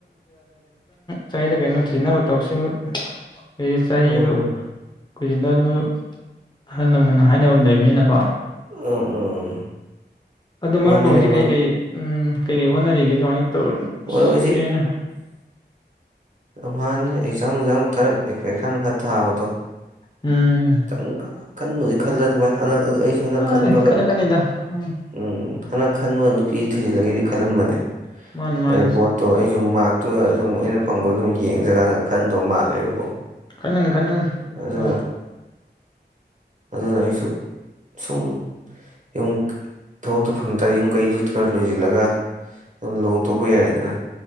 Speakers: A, on the left; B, on the right.
A: ꯆꯥꯏꯗ ꯀꯩꯅ ꯊꯤꯅꯕ ꯇꯧꯁꯤꯡ ꯑꯦ ꯆꯍꯤꯗꯨ
B: ꯃꯥꯅꯤ
A: ꯀꯨꯏꯖꯤꯂꯗꯤ ꯃꯔꯨꯞ ꯑꯍꯜ ꯂꯃꯟꯅ ꯍꯥꯏꯅꯕ ꯑꯃ ꯂꯩꯕꯅꯤꯅꯀꯣ꯫
B: ꯎꯝ ꯎꯝ
A: ꯑꯗꯨ
B: ꯃꯥꯅꯤꯅꯦ
A: ꯃꯔꯨꯞꯄꯨ ꯍꯧꯖꯤꯛ
B: ꯃꯔꯨꯞ
A: ꯀꯩꯀꯩ ꯎꯝ ꯀꯩꯀꯩ ꯍꯣꯠꯅꯔꯤꯒꯦ꯫ ꯀꯃꯥꯏ ꯇꯧꯔꯤꯅꯣ꯫
B: ꯃꯔꯨꯞ
A: ꯏꯁ ꯀꯨꯏꯔꯦꯅꯦ
B: ꯑꯝꯍꯥꯅꯦ ꯑꯦꯛꯖꯥꯡ ꯅꯨꯡꯖꯥꯝ ꯈꯔ ꯄꯩꯈꯥ ꯅꯨꯡꯈꯥ ꯊꯥꯕꯗꯣ꯫
A: ꯎꯝ꯫
B: ꯈꯤꯇꯪ ꯈꯟꯕꯨꯗꯤ ꯈꯟꯂꯅꯤ ꯚꯥꯏ ꯍꯥꯟꯅ ꯑꯗꯨ ꯑꯩꯁꯨ ꯍꯟꯗꯛ
A: ꯑꯦ
B: ꯈꯟꯕꯒ
A: ꯈꯜꯂꯛꯀꯅꯤꯗ ꯎꯝ
B: ꯎꯝ꯫ ꯍꯟꯗꯛ ꯈꯟꯕꯒ ꯅꯨꯄꯤ ꯊꯨꯖꯤꯜꯂꯒꯦꯗꯤ ꯈꯜꯂꯝꯕꯅꯦ
A: ꯃꯥꯅꯤ
B: ꯍꯥꯏꯗꯤ
A: ꯃꯥꯅꯤ
B: ꯄꯣꯠꯇꯣ ꯑꯩꯖꯨ ꯃꯥꯛ <unintelligible> ꯁꯨꯝ ꯑꯩꯅ ꯐꯪꯕꯗꯨꯗ ꯑꯃꯨꯛ ꯌꯦꯡꯖꯤꯔꯅ ꯈꯟꯗꯧ ꯃꯥꯜꯂꯦꯕꯀꯣ
A: ꯈꯟꯒꯅꯤ ꯈꯟꯒꯅꯤ
B: ꯑꯗꯨꯅ
A: ꯑ <unintelligible>
B: ꯑꯗꯨꯅ ꯑꯩꯁꯨ ꯁꯨꯝ ꯌꯨꯝ ꯊꯕꯛꯇꯨ ꯐꯪ ꯇꯥꯔꯗꯤ ꯌꯨꯝ ꯀꯩꯗꯨ ꯈꯔ ꯂꯣꯏꯁꯤꯜꯂꯒ ꯑꯗꯨꯝ ꯂꯨꯍꯣꯡꯊꯣꯛ ꯄ ꯌꯥꯔꯦꯗꯅ